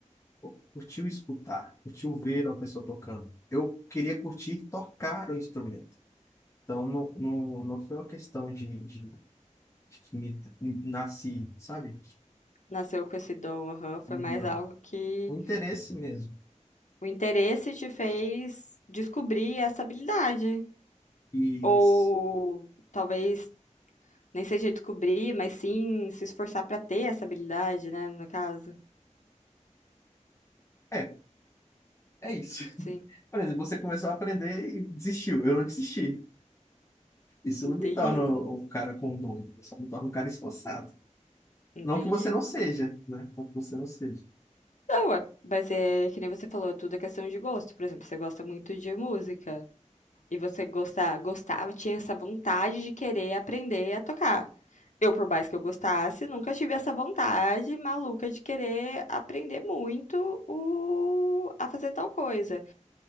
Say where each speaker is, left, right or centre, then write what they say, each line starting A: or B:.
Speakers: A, on the left; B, on the left.
A: ou curtiu escutar, curtiu ver uma pessoa tocando. Eu queria curtir tocar o instrumento. Então, não, não, não foi uma questão de, de, de que me, me nasci, sabe?
B: Nasceu com esse dom, aham. Foi
A: Não.
B: mais algo que
A: O interesse mesmo.
B: o interesse te fez descobrir essa habilidade.
A: E
B: Ou
A: s-
B: talvez nem seja descobrir, mas sim se esforçar pra ter essa habilidade, né, no caso.
A: é, é isso. <laughs>
B: Sim,
A: Por exemplo, você começou a aprender e desistiu. Eu não desisti. Isso
B: entendi,
A: não me torna um cara com dom, só me torna um cara esforçado.
B: entendi.
A: Não que você não seja, né? Não que você não seja.
B: Não, é, mas é que nem você falou, é tudo é questão de gosto. Por exemplo, você gosta muito de música. E você gosta gostava, tinha essa vontade de querer aprender a tocar. Eu, por mais que eu gostasse, nunca tive essa vontade maluca de querer aprender muito o... a fazer tal coisa.